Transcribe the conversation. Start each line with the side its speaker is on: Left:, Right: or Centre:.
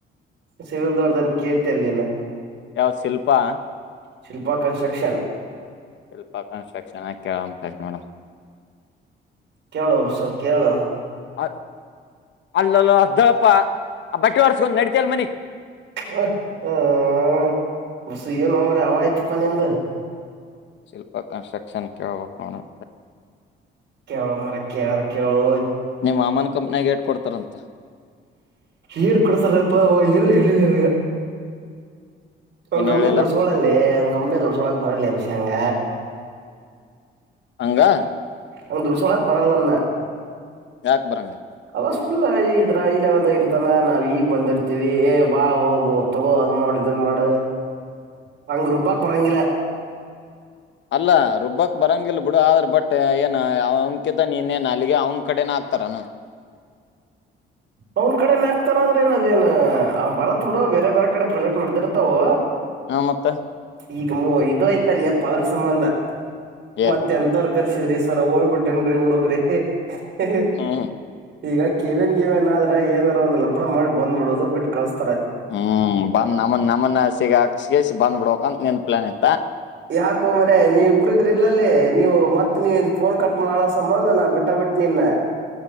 Right: ಸಿವಿಲ್ ದೋರ್ದನ್ ಕೇಳ್ತಿ ಅಲ್ಲನೀನ.
Left: ಯಾವ ಶಿಲ್ಪ, -
Right: ಶಿಲ್ಪಾ ಕನ್ಸ್ಟ್ರಕ್ಷನ್, -
Left: ಶಿಲ್ಪ ಕನ್ಸಟ್ರಕ್ಷನ್ ಹಾ ಕಳ ತಡಿ ನೋಡಮ್ಮ.
Right: ಕೇಳುವ ಬಸು ಕೇಳೋ,,
Left: ಅ ಅಲ್ಲಲ್ಲ ಅ್ದಳ <unintelligible> ಪ್ಪ ಆ ಬಟ್ಟೆ ಒರ್ಸ್ಕೊಂಡ್ ನಡಿತಲ್ ಮನಿಗಿ
Right: ಹ್ಮ್, ಬಸ್ ಏನು ಮಾರಾಯ ಅವ ಐಯ್ತಿಪ್ಪ ನಿಂದ.
Left: ಶಿಲ್ಪ ಕಂಸ್ಟ್ರಕ್ಷನ್ ಕೇಳಕಬೇಕ ನೋಡ.
Right: ಕೇಳೋ ಮಾರಾಯ್ ಕೇಳಾರ ಕೇಳೋ...
Left: ನೀಮ ಮಾಮನ ಕಂಪ್ನಿಗ ಎಟ್ ಕೊಡ್ತವಿ- ತರಂತ್.
Right: ಏನ್ ಕೊಡ್ತಾರಪ್ಪ ಅವ ಏನು ಹೇಳಿಲ್ಲನನಗ. ಒ್
Left: ಏನ್
Right: ಗಮ್ಮನಿ
Left: ಹೇಳಿಲ್ಲ
Right: ದೃಸಲ್ಲಿ <unintelligible> ಸುಮನೆ ದುಡ್ಸ ಕೋಳಕಬರಲಲೇಬಸ ಹಂಗ.
Left: ಹಂಗಾ,
Right: ಅವ ದುಡ್ಸೋಳಕ್ ಬರಲ್ಲನ್ನಂದನ.
Left: ಯಾಕ್ ಬರಂಗ.
Right: ವಸ್ ಫುಲ್ ಇದ್ರ ಈ ಲೆವೆಲ್ದಾಗ ಇರ್ತಾನ ನಾವು ಈಗ ಬಂದಿರ್ತೀವಿ. ಏ ಬಾ ಹೋಗು ತಗೋ ಅದ ಮಾಡ ಇದನ್ ಮಾಡ, - ಹ <inaudible> ಹಂಗ್ ರುಬ್ಬಕ್ ಬರಾಂಗಿಲ್ಲ.
Left: ಅಲ್ಲ ರುಬ್ಬಕ್ ಬರಂಗಿಲ್ಲ ಬಿಡು ಆದ್ರ ಬಟ್ ಏನ ಅವ ಮುಖ್ಯತ ನೀನ್ನೆ ನಾಲಿಗೆ ಅವ್ನ ಕಡೆನ ಆಗ್ತಾರಾನ.
Right: ಅವನ್ ಕಡೆನ ಹಾಕ್ತಾರ ಅಂದ್ರ ಏನ್ ಅದೇಏನ್ ಬರತ್ ಬಿಡ ಬೇರೆ ಬೇರೆ ಕಡೆ ಪ್ರೊಜೆಕ್ಟ್ ನಡೆದಿರ್ತಾವು.
Left: ಹಾ ಮತ್ತ
Right: ಈಗ ಇದೈತಲ್ಲಿ ಎಪ್ಪ ಅದ್ರು ಸಂಬಂಧ
Left: ಏನ್
Right: ಮತ್ ಎಂತರ್ ಕರ್ಸಿದ್ರಿ ಸರ ಹೋಗ್ ಬಿಟ್ಟನ್ರಿ ಹುಡುಗ್ರಿ ಹಿ ಹಿ
Left: ಹ್ಮ್
Right: ಈಗ ಕೇವನ್ ಕಿವನಾದ ಏನರ ಒಂದ್ ಲಪಡ ಮಾಡಿ ಬಂದ್ಬಡದು ಬಿಟ್ಟ ಕಳಸ್
Left: ಹ್ಮ್ ಬಂದ್ ನಮ್ಮ ನಮ್ಮನ್ನ ಸಿಗಾಕ್ಹಾಸ್ ಬಂದ್ ಬಿಡ್ಬೇಕಂತ ನಿನ್ ಪ್ಲಾನ್ ಐ
Right: ಯಾ ಕೋ ಮರೆ ನೀ ಇಬ್ರಿದ್ರ ಇಲ್ಲಲ್ಲಿ ನೀವು ಮತ್ತ್ ನೀ ಫೋನ್ ಕಟ್ ಮಾಡಸಬಂದ ನಾ ಬಿಟ್ಟ ಬಿಟ್ಟ ನಿನ್ನ.